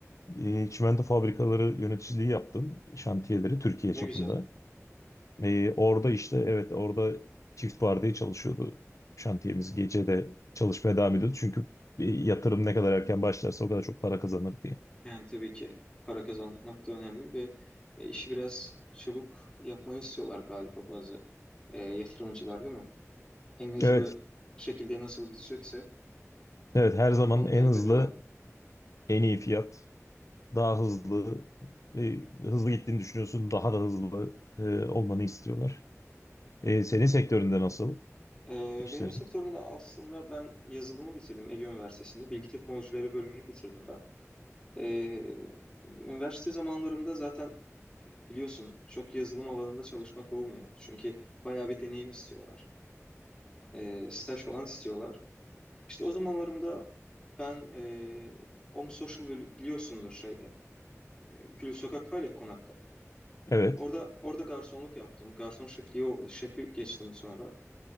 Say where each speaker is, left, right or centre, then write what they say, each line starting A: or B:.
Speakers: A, on the left; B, on the left.
A: e, çimento fabrikaları yöneticiliği yaptım. Şantiyeleri Türkiye
B: Ne
A: çapında.
B: güzel.
A: E, orada işte evet orada çift vardiya çalışıyordu. Şantiyemiz gece de çalışmaya devam ediyordu. Çünkü e, yatırım ne kadar erken başlarsa o kadar çok para kazanır diye.
B: Yani tabii ki para kazanmak da önemli ve e, işi biraz çabuk yapmayı istiyorlar galiba bazı e, yatırımcılar değil mi? En hızlı
A: Evet,
B: şekilde nasıl bitecekse
A: evet
B: ya,
A: her
B: o-
A: zaman
B: onu
A: en
B: talep
A: hızlı,
B: ediyorlar.
A: en iyi fiyat, daha hızlı, e, hızlı gittiğini düşünüyorsun, daha da hızlı e, olmanı istiyorlar. E, senin sektöründe nasıl
B: Ee,
A: işlerin?
B: benim sektörümde aslında ben yazılımı bitirdim Ege Üniversitesi'nde. Bilgi teknolojileri bölümünü bitirdim ben. Ee, üniversite zamanlarımda zaten biliyorsun çok yazılım alanında çalışmak olmuyor. Çünkü bayağı bir deneyim istiyorlar. Ee, staj falan istiyorlar. İşte o zamanlarımda ben e, Om Social bili- biliyorsundur şeyde. E, Gül Sokak var ya konakta.
A: Evet.
B: Orada orada garsonluk yaptım. Garson şefliği o- şefi geçtim sonra.